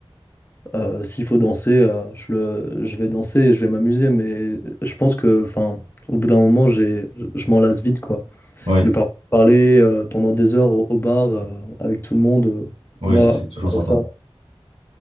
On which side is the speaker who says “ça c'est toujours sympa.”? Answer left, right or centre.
Right